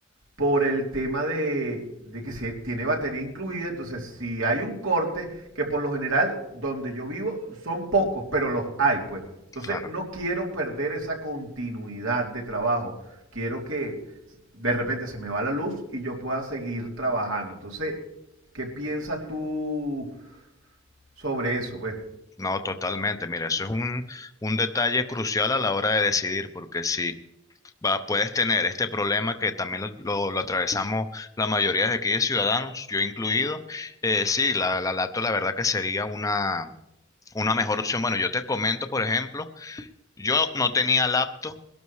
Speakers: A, on the right; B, on the left.
A: por el tema de, de que se tiene batería incluida, entonces si hay un corte, que por lo general donde yo vivo son pocos, pero los hay, pues. Entonces
B: Claro.
A: no quiero perder esa continuidad de trabajo. Quiero que de repente se me va la luz y yo pueda seguir trabajando. Entonces, ¿qué piensas tú sobre eso, pues?
B: No, totalmente. Mira, eso es un, un detalle crucial a la hora de decidir, porque si va, puedes tener este problema que también lo, lo- lo atravesamos la mayoría de aquí de ciudadanos, yo incluido, eh, sí, la, la laptop la verdad que sería una, una mejor opción. Bueno, yo te comento, por ejemplo, yo no tenía laptop